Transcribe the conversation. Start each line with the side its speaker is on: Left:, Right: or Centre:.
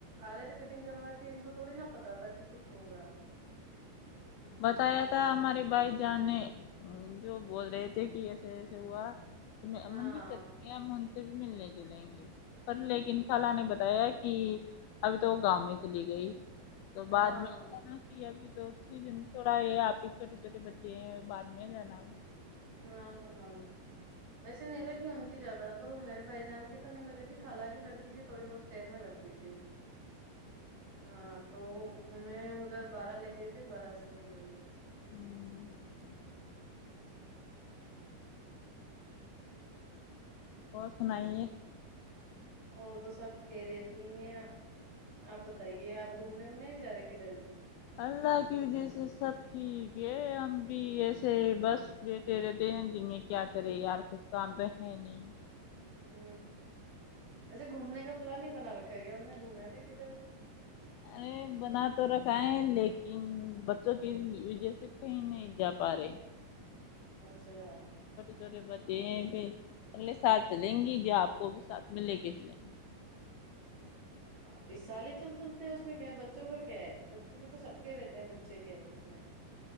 Right: آ رہے تھے کٹنگ کروا کے کہ ان کو تھوڑی نا پتا تھا کہ کچھ ہوگا
Left: بتایا تھا ہمارے بھائی جانے جو بول رہے تھے کہ ایسے ایسے ہوا تو میں
Right: ہاں
Left: امن بھی کرتی ہیں امن تو بھی ملنے جلیں گے لیکن خال نے بتایا کہ ابھی تو وہ گاؤں میں چلی گئی تو
Right: ہاں
Left: بعد میں ج نا ابھی تو سیزن بھی تھوڑا ہے آپ ہی چھوٹے چھوٹے بچے ہیں بعد میں جانا
Right: ہاں ویسے نہیں لگی ان کی زیادہ تو میرے بھائی جان کی تو نہیں لگے تھی خالہ کیی لڑکی کی تھوڑی بہت پیر میں لگی دیتے ہاں تو انہیں ادھر بارہ لے گئے تھے بارہ سے ادھر لے گئے
Left: ہوں اور سنائی ہے
Right: اور تو سب کھیرے اتنی ہے آپ بتائیے آپ گھومنے اومنے جا رہے کدھر بھی
Left: اللہ کی وجہ سے سب ٹھیک ہے ہم بھی ایسے بس بیٹے رہتے ہیں دن میں کیا کرے یار کچھ کام تو ہے نہیں
Right: ہ اچھا گھومنے کا پلان ہی بنا رکھا گیا ہم نے گھوما تھے کدھر
Left: اے بنا تو رکھ یں لیکن بچوں کی وجہ سے کہیں نہیں جا پا رہے
Right: اچھا
Left: چورے بچے ہیں پ اگلے سات چلیں گی ج آپ کو بھی ساتھ میں لے کے چلیں گے
Right: ہاں اس سال ہی چل چلتے ہیں اس میں کیا ہے بچوں کا کیا ہے بچوں کے تو سب کے رہتے ہیں بچے کیا ہیں اس میں